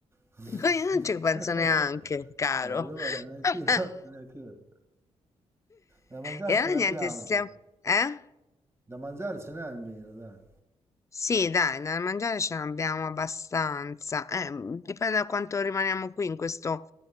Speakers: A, on the right (about 25°); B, on the left (about 25°).
A: <laughs>
B: No, Io non ci penso neanche, caro.
A: Eh, allora, neanch'io,
B: <laughs>
A: neanch'io. Da mangiare
B: E allora
A: ce l'abbiamo
B: niente, stiamo...
A: qua.
B: Eh?
A: Da mangiare ce n'è almeno, dai.
B: Sì, dai, da mangiare ce n'abbiamo abbastanza. Eh, m, dipende da quanto rimaniamo qui in questo,